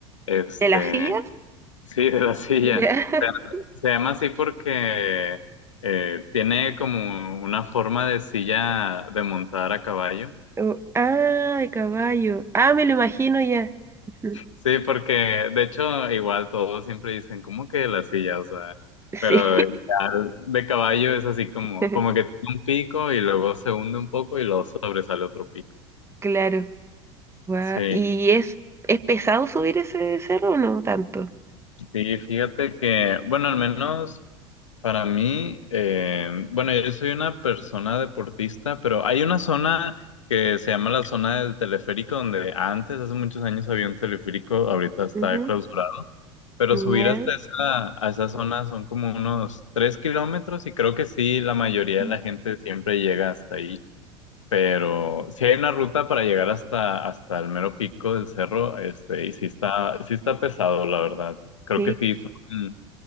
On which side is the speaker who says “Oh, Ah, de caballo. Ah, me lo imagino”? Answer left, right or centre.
Right